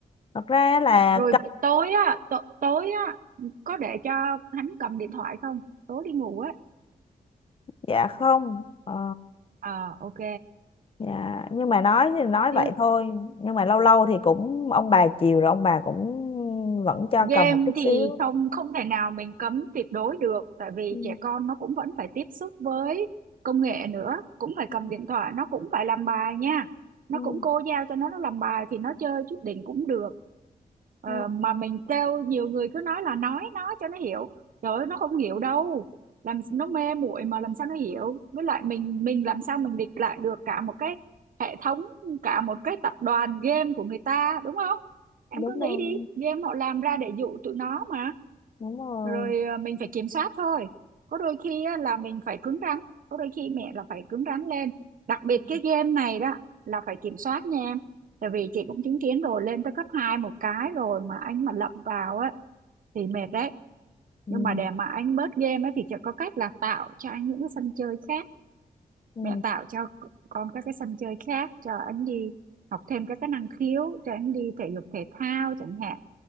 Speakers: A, on the left (about 40°); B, on the right (about 65°).
A: thật ra là
B: rồi
A: cân-
B: tối á t- tối á có để cho hắn cầm điện thoại không tối đi ngủ á
A: dạ không ờ,
B: ờ ok
A: dạ nhưng mà nói thì nói vậy
B: chứ
A: thôi nhưng mà lâu lâu thì cũng ông bà chiều rồi ông bà cũng vẫn cho
B: Game
A: cầm một chút
B: thì
A: xíu
B: không không thể nào mình cấm tuyệt đối được tại vì
A: Ừ.
B: trẻ con nó cũng vẫn phải tiếp xúc với công nghệ nữa cũng phải
A: Ừ,
B: cầm điện thoại nó cũng phải làm bài nha nó
A: ừ,
B: cũng cô giao cho nó nó làm bài thì nó chơi chút đỉnh cũng được ờ,
A: ừ,
B: mà mình kêu nhiều người cứ nói là nói nói cho nó hiểu trời ơi nó không hiểu đâu làm nó mê muội mà làm sao nó hiểu với lại mình mình làm sao mình địch lại được cả một cái hệ thống cả một cái tập đoàn game của người ta đúng không em
A: đúng
B: cứ
A: rồi
B: nghĩ đi game họ làm ra để dụ tụi nó mà
A: đúng rồi
B: rồi à, mình phải kiểm soát thôi có đôi khi á, là mình phải cứng rắn có đôi khi mẹ là phải cứng rắn lên đặc biệt
A: ừ,
B: cái game này đó là phải kiểm soát nha em tại vì chị cũng chứng kiến rồi lên tới cấp 2 một cái rồi mà anh mà lậm vào á thì mệt đấy
A: ừ,
B: nhưng mà để mà anh bớt game á thì chỉ có cách là tạo cho anh những cái sân chơi khác
A: ừ,
B: mẹ tạo cho con các cái sân chơi khác cho anh đi học thêm các cái năng khiếu cho anh đi thể dục thể thao chẳng hạn